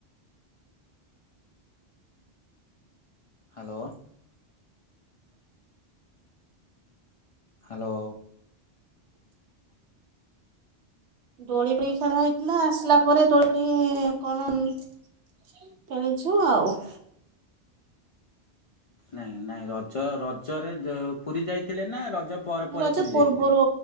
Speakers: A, on the left (about 60°); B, on the right (about 80°).
A: ହ୍ୟାଲୋ? ହ୍ୟାଲୋ।
B: ଦୋଳି ଫଳି ଖେଳା ହେଇଥିଲା ଆସିଲା ପରେ ଦୋଳି କଣନ କିଣିଚୁ ଆଉ।
A: ନାଇଁ ନାଇଁ ରଜ ରଜରେ ପୁରୀ ଯାଇଥିଲେ ନା ରଜ ପରେ ପରେ
B: ରଜ
A: ପୁରୀ
B: ପୂର୍ବରୁ
A: ଯାଇଥିଲେ?